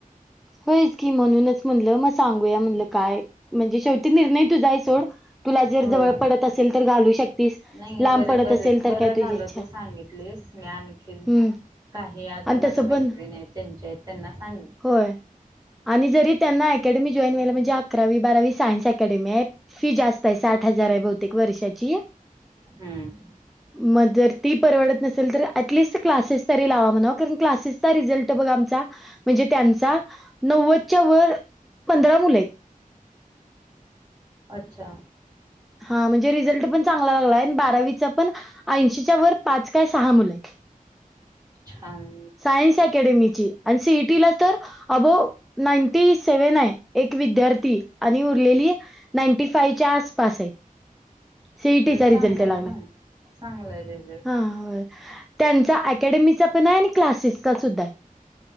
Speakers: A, in the centre; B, on the right.
A: होयच की म्हणूनच म्हणलं म सांगूया म्हणलं काय म्हणजे शेवटी निर्णय तूझा आहे सोड तुला जर
B: होय
A: जवळ पडत असेल तर घालू शकतेस
B: नाही
A: लांब
B: जरे
A: पडत
B: बर
A: असेल तर
B: बरं
A: काय
B: झालं
A: तुझी इच्छा
B: तू सांगितलीस मी आणखी
A: हम्म
B: काही अजून
A: आणि
B: माझ्या
A: तसं
B: मैत्रीणी
A: पण
B: आहेत त्यांच्या आहेत त्यांना सांगे
A: होय आणि जरी त्यांना अकॅडमी जॉईन व्हाला म्हणजे अकरावी बारावी सायन्स अकॅडमी आहे फी जास्त आहे साठ हजार आहे बहुतेक वर्षाची
B: हां
A: मग जर ती परवडत नसेल तर अटलिस्ट क्लासेस तरी लावा क आ म्हण त्यां नवव व पंधरा मुले आहेत
B: अच्छा
A: हा म्हणजे रिझल्ट पण चांगला लागला आणि बारावीचा पण ऐंशीच्या वर पाच काय सहा मुलं आहेत
B: च्छान
A: सायन्स अकॅडमीची आणि सिटीला तर अबो नाईनटी सेव्हन आहे एक विद्यार्थी आणि उरलेली नाईंटी फाईव्हच्या आसपास आहे सेटचा रिझल्ट
B: चांगला आहे
A: लागला
B: ना मग चांगला आहे रिझल्ट
A: हा त्यांचा अकॅडमीचा पण आहे आणि क्लासेसचा सुद्धा आहे